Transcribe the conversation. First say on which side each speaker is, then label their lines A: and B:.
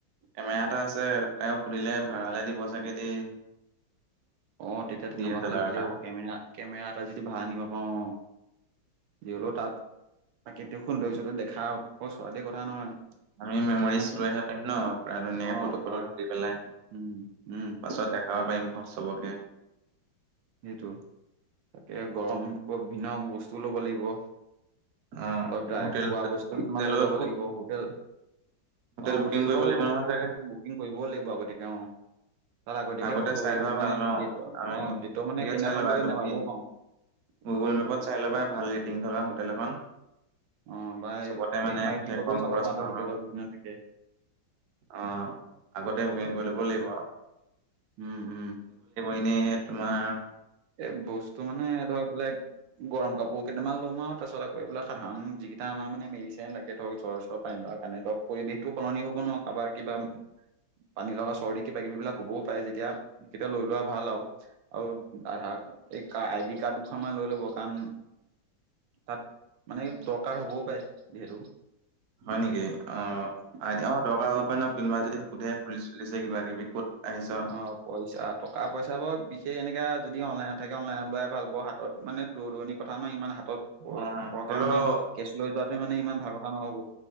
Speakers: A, on the right; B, on the right.
A: কেমেৰা এটা আছে তেওঁ সুধিলে ভাড়ালে দিব চাগে দেই।
B: অ তেতিয়া তেনেকুৱা
A: ডি এছ এল
B: হ'লে
A: আৰ
B: ভালেই
A: এটা
B: হ'ব কেমেৰা কেমেৰা এটা যদি ভাড়া আনিব পাওঁ। যি হ'লেও তাত প্ৰাকৃতিক সৌন্দৰ্যটো দেখাও ছোৱাতোৱে কথা নহয়।
A: আমি মেমৰিজ
B: ইমান
A: লৈ আহ পাৰিম ন ধুনীয়াকে
B: অ
A: ফটো ফটো
B: হয়
A: তুলি পেলাই
B: উম উম
A: পাছত দেখাব পাৰিম চবকে
B: সেইটো তাকে গৰম ভিন্ন বস্তু ল'ব লাগিব।
A: অ
B: দাইৰেক
A: হোটেল
B: খোৱা বস্তু
A: হোটেলতো
B: কিমান লৈ যাব লাগিব হোটেল অ
A: হোটেল বুকিং
B: হোটেলৰ
A: কৰিব
B: বাওঁ
A: লাগিব নহয় চাগে
B: বুকিং কৰিবও লাগিব আগতীয়াকে অঁ। তাত আগতীয়াকে
A: আগতে
B: বুক কৰিব
A: চাই
B: লাগিব
A: থোৱা
B: মানে
A: ভাল ন
B: দি
A: আমি
B: অঁ দেত মানে
A: হেৰিয়ত
B: সেইদিনাখন
A: চাই ল'বা
B: গ'লে
A: এইটো
B: নোপাবও
A: কি
B: পাওঁ।
A: গুগল মেপত চাই ল'বা ভাল ৰেটিং থকা হোটেল এখন।
B: অঁ বাই
A: চবতে মানে
B: মেকমাই
A: তেতিয়া
B: ট্ৰিপতো
A: কম
B: চাব
A: খৰচ
B: পাৰো তাত
A: নহয়
B: হোটেলত বুকিংত থাকে।
A: অ আগতে বুকিং
B: এপ
A: কৰি
B: বিলাকতো
A: ল'ব লাগিব আৰু!
B: উম উম
A: এনেই তোমাৰ
B: এই বস্তু মানে ধৰক বলেগ গৰম কাপোৰ কেইটামান ল'ম আৰু তাৰপাছত আকৌ কাৰন যিকেইটা আমাৰ মান মেডিচিন লাগে ধৰক জ্বৰ চৰ পানী লগা কাৰণে ধৰ পৰিৱেশটো সলনি হ'ব ন। কাৰোবাৰ কিবা পানী লগা চৰ্দি কিবা কিবি বিলাক হ'বও পাৰে যেতিয়া এই কেইটা লৈ লোৱা ভাল আৰু আৰু আধা। এই আইডি কাৰ্ড দুখনমান লৈ ল'ব কাৰণ তাত মানে দৰকাৰ হ'বও পাৰে যিহেতু।
A: হয় নেকি অ আইদি দৰকাৰ হ'ব পাৰে কোনোবা যদি সোধে পুলিছ চুলিছে কিবা কিবি ক'ত আহিছ
B: অঁ পইচা টকা পইচা বৰ বিশেষ এনেকা যদি অনলাইনত থাকে অনলাইনত লাই ভাল হ হাতত মানে দূৰ দূৰণি কথা নহয় ইমান হাতত পৰ
A: অ',
B: সৰহকে
A: হ'লেও
B: মানে কেচ লৈ যোৱাটো মানে ইমান ভাল কথা নহ'ব।